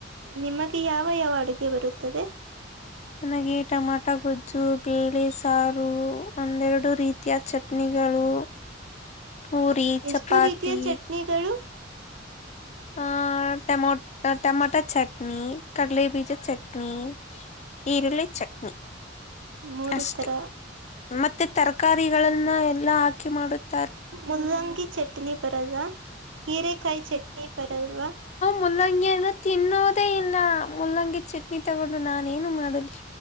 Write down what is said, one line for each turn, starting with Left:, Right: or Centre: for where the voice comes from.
Right: ನಿಮಗೆ ಯಾವ ಯಾವ ಅಡುಗೆ ಬರುತ್ತದೆ
Left: ನನಗೆ ಟಮಾಟ ಗೊಜ್ಜು ಬೆಳ್ಳಿ ಸಾರು <unintelligible> ರೀತಿಯ ಚಟ್ನಿ ಗಳು ಪೂರಿ ಚಪಾತಿ
Right: ಎಷ್ಟು ರೀತಿಯ ಚಟ್ನಿಗಳು
Left: ಹ ಟಮ ಟಮೊಟ ಚಟ್ನಿ ಕಡಲೆ ಬೀಜ ಚಟ್ನಿ ಈರುಳ್ಳಿ ಚಟ್ನಿ
Right: ಮೂರು
Left: ಅಷ್ಟೆ
Right: ತರ
Left: ಮತ್ತ ಮತ್ತೆ ತರಕಾರಿಗಳನ್ನ ಎಲ್ಲಾ ಹಾಕಿ ಮಾಡುತ್ತ
Right: ಮುಲ್ಲಂಗಿ ಚಟ್ನಿ ಬರಲ್ ಹೀರೆಕಾಯಿ ಚಟ್ನಿ ಬರಲ್ವಾ
Left: ಮಲ್ಲಂಗಿಯನ್ನು ತಿನ್ನೋದೇ ಇಲ್ಲ ಮುಲ್ಲಂಗಿ ಚಟ್ನಿ ತಗೊಂಡು ನಾನೇಏನು ಮಾಡಲಿ